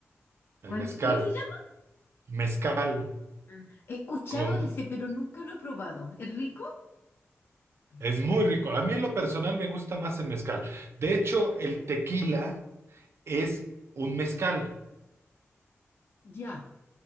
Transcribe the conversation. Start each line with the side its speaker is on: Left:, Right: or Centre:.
Right: El
Left: ¿Cuán-
Right: mezcal.
Left: ¿Cómo se llama?
Right: mezcal
Left: Ah, He escuchado
Right: con...
Left: ese, pero nunca lo he probado. ¿Es rico? Mezcal.
Right: Es muy rico. A mí en lo personal me gusta más el mezcal.
Left: Ya,
Right: De hecho, el
Left: ya,
Right: tequila es un mezcal.
Left: ya.